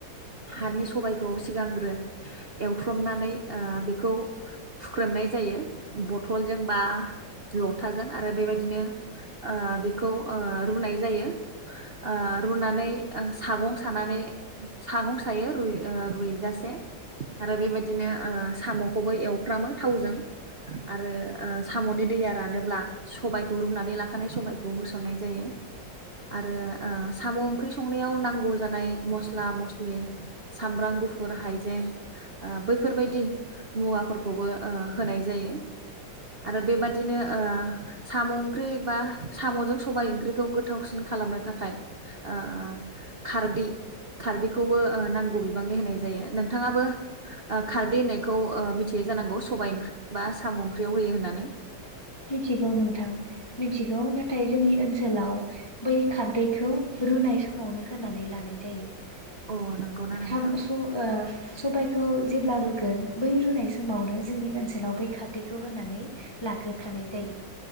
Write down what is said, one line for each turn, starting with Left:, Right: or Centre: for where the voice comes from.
Right: हानि सबायखौ सिगांग्रो एवथ्रमनानै ओ बेखौ हुख्रेनाय जायो बथलजों बा लथाजों आरो बेबायदिनो ओ बेखौ ओ रुनाय जायो ओ रुनानै सागं सानानै सागं सायो रु रुइजासे आरो बेबायदिनो ओ साम'खौबो एवफ्र्रामो। हजों आरो ओ साम'नि दैया रानोब्ला सबायखौ रुनानै लाखानाय सबायखौ होसननाय जायो आरो ओ साम' ओंख्रि संनायाव नांगौ जानाय मस्ला मस्लि सामब्राम गुफुर हाइजें ओ बैफोरबायदि मुवाफोरखौबो। ओ होनाय जायो आरो बेबादिनो ओ साम' ओंख्रि बा साम'जों सबाय ओंख्रिखौ गोथावसिन खालामनो थाखाय ओ खारदै खारदैखौबो ओ नांगौ बिबांनि होनाय जायो नोंथाङाबो ओ खारदै होननायखौ ओ मिथियो जानांगौ? सबाइ ओंख्रि बा साम' ओंख्रियाव होयो होननानै।
Left: मिथिगौ नोंथां मिथिगौ नाथाय जोंनि ओनसोलाव बै खारदैखौ रुनाय समावनो होनानै लानाय जायो।
Right: ओ अ नंगौना
Left: <unintelligible>
Right: नोंथां
Left: ओ सबायखौ जेब्ला रुगोन बै रुनाय समावनो जोंनि ओनसोलाव बै खारदैखौ होनानै लागोन। खानाय जायो।